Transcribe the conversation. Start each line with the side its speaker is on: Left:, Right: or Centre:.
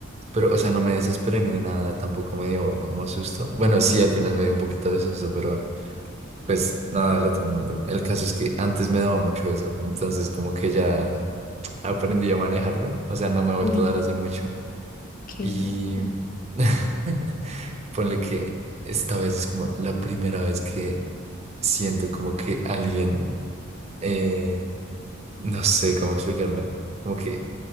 Right: Pero, o sea, no me desesperé ni nada, tampoco me dio como susto. Bueno, sí, al final me dio un poquito de susto, pero pues nada del otro mundo. El caso es que antes me daba mucho eso, entonces como que ya aprendí a manejarlo. O sea, no me ha vuelto
Left: Uy, no,
Right: a dar hace mucho.
Left: qué
Right: Y
Left: loco.
Right: <laughs> ponle que esta vez es como la primera vez que siento como que alguien, eh, no sé cómo explicarlo, como que